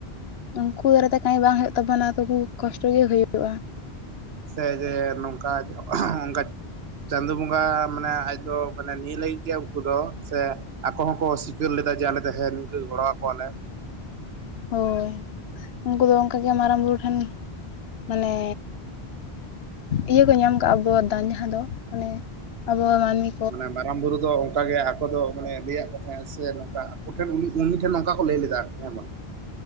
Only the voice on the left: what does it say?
ᱩᱝᱠᱩ ᱫᱟᱨᱟᱭ ᱛᱮ ᱠᱟᱢᱤ ᱵᱟᱝ ᱦᱩᱭᱩᱜ ᱛᱟᱵᱚᱱᱟ ᱛᱚᱵᱩ ᱠᱚᱥᱴᱚ ᱜᱮ ᱦᱩᱭᱩᱜ
ᱦᱳᱭ ᱩᱝᱠᱩ ᱫᱚ ᱚᱝᱠᱟᱜᱮ ᱢᱟᱨᱟᱝ ᱵᱩᱨᱩ ᱴᱷᱮᱱ ᱢᱟᱱᱮ ᱤᱭᱟᱹ ᱠᱚ ᱧᱟᱢ ᱠᱟᱜᱼᱟ ᱵᱚᱨᱫᱟᱱ ᱡᱟᱦᱟᱸ ᱫᱚ ᱢᱟᱱᱮ ᱟᱵᱚᱣᱟᱜ ᱢᱟᱱᱢᱤ